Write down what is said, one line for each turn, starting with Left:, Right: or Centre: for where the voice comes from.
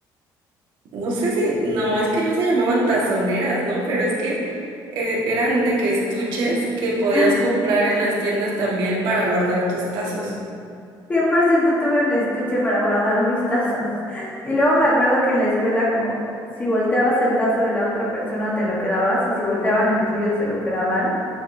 Right: no sé si, no, es que no se llamaban tazoneras, ¿no? Pero es que eh, eran de que estuches que podías
Left: <laughs>
Right: comprar en las tiendas también para guardar tus tazos.
Left: Cien por ciento tuve un estuche para guardar mis tazos. <laughs> Y luego me acuerdo que en la escuela, como si volteabas el tazo de la otra persona, te lo quedabas, y si volteaban el tuyo, se lo quedaban.